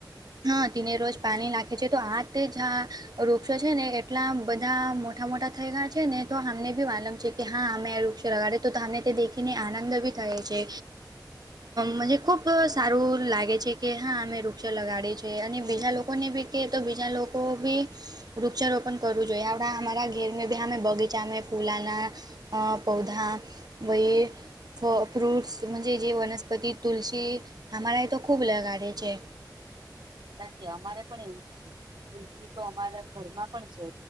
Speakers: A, on the right; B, on the right.
A: હ તેને રોજ પાણી નાખે છે તો આ તે જ. વૃક્ષો છે ને એટલા બધા મોટા મોટા થઈ ગયા છે ને તો આમને બી વાલમ છે. કે હા અમે વૃક્ષો લગાડે તોમને તે દેખીને આનંદ ભી થાય છે. મ ખૂબ સારું લાગે છે કે હા અમે વૃક્ષ લગાડીએી છે અને બીજા લોકોને બી. કે તો બીજા લોકો બી વૃક્ષારોપણ કરવું જોઈએ આપણા અમારા ઘેર ભી અમે બગીચામાં ફૂલાના અ પૌધા વય ફ ફ્રૂટ્સ મજ જે જે વનસ્પતિ તુલસી આમારા એ તો ખૂબ લગાડે છે.
B: તકી અમારે પણ એવું જ છે. તુલસી તો અમારા ઘરમાં પણ છે,